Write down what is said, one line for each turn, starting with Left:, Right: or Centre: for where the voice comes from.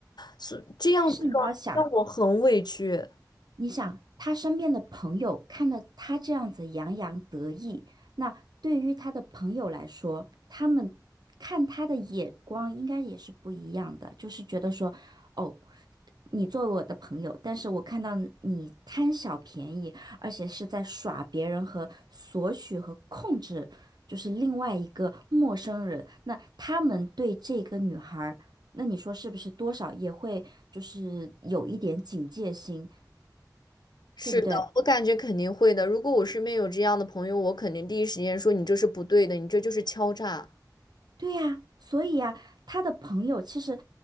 Left: 所这样的状态让我很委屈。
Right: 但是你要想，你想他身边的朋友看到他这样子洋洋得意，那对于他的朋友来说，他们看他的眼光应该也是不一样的，就是觉得说，哦，你作为我的朋友，但是我看到你贪小便宜，而且是在耍别人和索取和控制，就是另外一个陌生人。那他们对这个女孩儿那你说是不是多少也会就是有一点警戒心，
Left: 是的，
Right: 对不对？
Left: 我感觉肯定会的。如果我身边有这样的朋友，我肯定第一时间说你这是不对的，你这就是敲诈。
Right: 对呀，所以呀，他的朋友其实